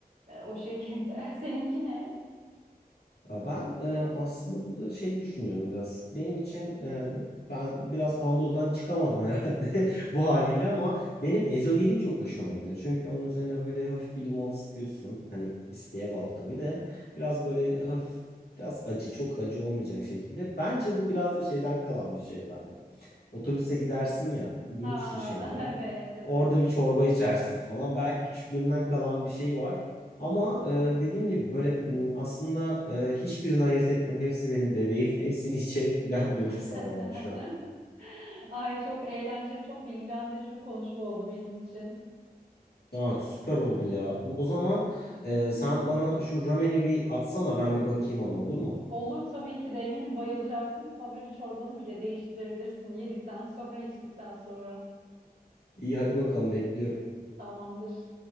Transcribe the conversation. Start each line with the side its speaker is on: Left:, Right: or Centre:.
Right: E, o şekilde. <laughs> Seninki ne?
Left: Ya Ben e, aslında burada şey düşünüyorum biraz. Benim için e, ben biraz Anadolu'dan çıkamadım herhalde <laughs> bu haliyle ama benim ezogelin çok hoşuma gidiyor. Çünkü onun üzerine böyle hafif bir limon sıkıyorsun. Hani isteğe bağlı tabii de biraz böyle hafif biraz acı çok acı olmayacak şekilde. Bence bu biraz da şeyden kalan bir şey bende. Otobüse gidersin ya durursun
Right: Ha
Left: şeyde.
Right: <laughs> evet evet.
Left: Orada bir çorba içersin falan. Belki küçüklüğümden kalan bir şey var. Ama e, dediğim gibi böyle m, aslında e, hiçbirini ayırt etmiyorum. Hepsi benim bebeğim. <laughs> Hepsini içerim falan
Right: <laughs>
Left: diyorum sana yani şu an.
Right: Ay çok eğlenceli çok bilgilendirici bir konuşma oldu benim için.
Left: Evet, süper oldu ya. Bu- O zaman e, sen bana şu rameni bir atsana ben bir bakayım ona olur mu?
Right: Olur tabii ki de eminim bayılacaksın. Favori çorbanı bile değiştirebilirsin yedikten sonra içtikten sonra.
Left: İyi hadi bakalım bekliyorum.
Right: Tamamdır.